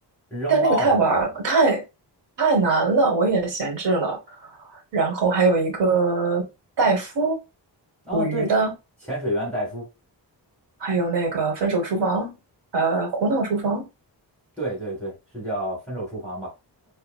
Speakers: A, in the centre; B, on the right.
A: 扔帽子那个吗？
B: 但那个太玩儿太太难了，我也闲置了。然后还有一个戴夫，
A: 哦，
B: 捕鱼的，
A: 对，潜水员戴夫，
B: 还有那个分手厨房，呃，胡闹厨房，
A: 对对对，是叫《分手厨房》吧？